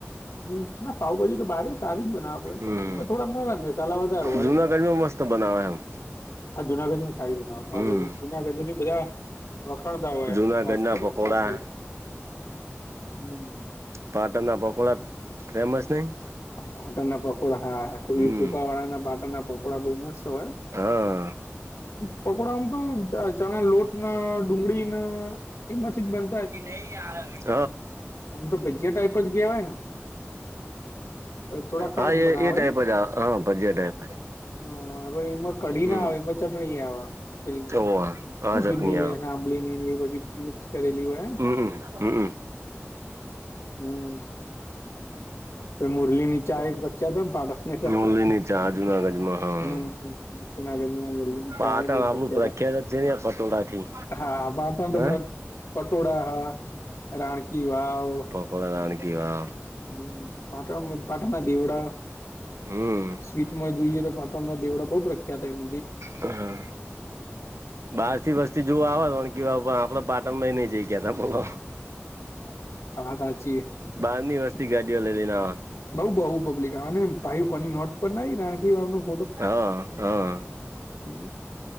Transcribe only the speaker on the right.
હમ
જુનાગઢમાં
મસ્ત બનાવે એમ
હમ
જુનાગઢ
ના
પકોડા
પાટણ ના પકોડા ફેમસ નહી
હમ
હા
હ હ
હા
એ એ ટાઈપ
જ હા ટાઈપ
હમ
ઓવ આ
ચટણી આ
હમ્મ હમ્મ
ઓલીની ચા જુનાગઢમાં હા
પાટણ
આપડું
પ્રખ્યાત જ છે ને પટોળા થી
હ
પણ રાણકી વાવ
હમ
હા બહાર થી વસ્તી જોવ આવે કે પણ આપડ પાટણ નઈ જઈ કોલો
બાર ની વસ્તી ગાડીઓ લેલી ના
હા હા